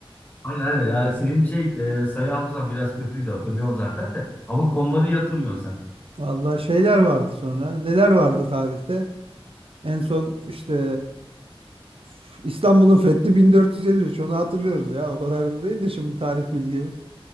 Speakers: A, on the left (about 20°); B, on the right (about 65°).
A: Aynen aynen. Ya senin şey e, sayı hafızan biraz kötüydü hatırlıyorum zaten de. Ama konuları iyi hatırlıyorsun sen.
B: <laughs> Vallahi şeyler vardı sonra. Neler vardı tarihte? En son işte üf, İstanbul'un fethi 1453. Onu hatırlıyoruz ya. O kadar da değil de şimdi tarih bilgimiz.